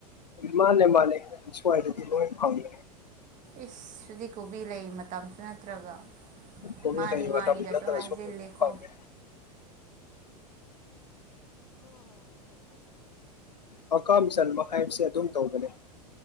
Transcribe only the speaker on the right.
ꯏꯁ ꯍꯧꯖꯤꯛꯗꯤ ꯀꯣꯕꯤ ꯂꯩ ꯃꯇꯝꯁꯨ ꯅꯠꯇ꯭ꯔꯒ
ꯃꯥꯅꯤ
ꯃꯥꯅꯤꯒꯁꯨ
ꯍꯥꯏꯖꯤꯜꯂꯦꯀꯣ